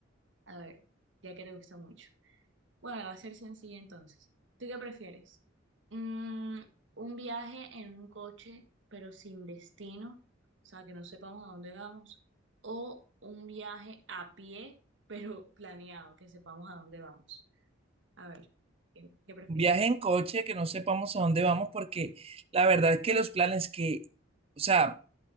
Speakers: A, on the right (about 70°); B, on the right (about 30°).
A: A ver, ya que te gusta mucho. Bueno, va a ser sencilla entonces. ¿Tú qué prefieres? Mm, un viaje en un coche, pero sin destino, o sea, que no sepamos a dónde vamos, o un viaje a pie, pero planeado, que sepamos a dónde vamos. A ver, ¿qué, qué prefieres?
B: Un viaje en coche que no sepamos a dónde vamos, porque la verdad es que los planes que, o sea,